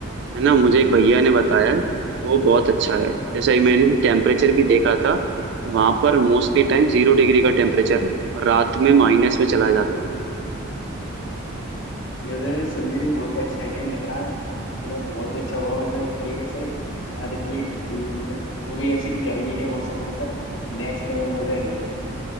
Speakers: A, on the right (about 55°); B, on the left (about 60°).
A: है ना मुझे एक भैया ने बताया है, वो बहुत अच्छा है जैसे ही मैंने टेम्परेचर भी देखा था तो वहां पर मोस्टली टाइम जीरो डिग्री का टेम्परेचर है और रात में माइनस में चला जाता
B: ये सुनने में बहुत एक्साइटिंग लग रहा है मतलब बहुत ही अच्छा हुआ मतलब एक तरीके से यार इतनी ठंड वो भी ऐसी गर्मी के मौसम में मतलब नेक्स्ट लेवल मजे आएंगे उसमें तो।